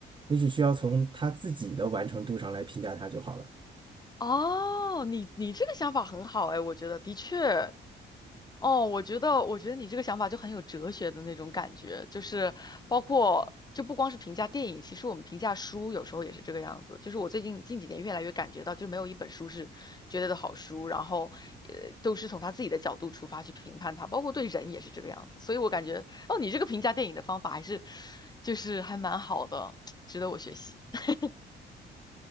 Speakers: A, on the right (about 25°); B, on the left (about 20°).
A: 你只需要从他自己的完成度上来评价他就好了。
B: 哦，你你这个想法很好哎，我觉得的确。哦，我觉得，我觉得你这个想法就很有哲学的那种感觉，就是包括就不光是评价电影，其实我们评价书有时候也是这个样子。就是我最近近几年越来越感觉到，就没有一本书是绝对的好书，然后呃都是从他自己的角度出发去评判它，包括对人也是这个样子。所以我感觉，哦，你这个评价电影的方法还是就是还蛮好的，<tsk> 值得我学习。<laughs>